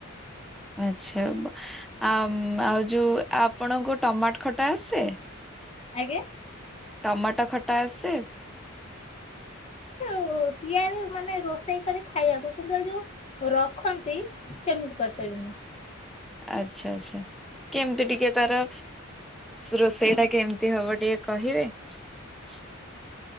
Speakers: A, in the centre; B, on the left.
A: ଆଚ୍ଛା ଆ ଆଉ ଯୋଉ ଆପଣଙ୍କୁ ଟମାଟ ଖଟା ଆସେ?
B: ଆଜ୍ଞା।
A: ଟମାଟା ଖଟା ଆସେ? <inaudible>
B: ଓ ତିଆର ମାନେ ରୋଷେଇ କରି ଖାଇବାକୁ କିନ୍ତୁ ଏ ଯୋଉ ରଖନ୍ତି ସେମିତି କରିପାରିନି।
A: ହ <inaudible> ଆଚ୍ଛା ଆଚ୍ଛା। କେମତି ଟିକେ ତାର ରୋଷେଇ ଟା କେମିତି ହବ ଟିକେ କହିବେ? ହ <unintelligible>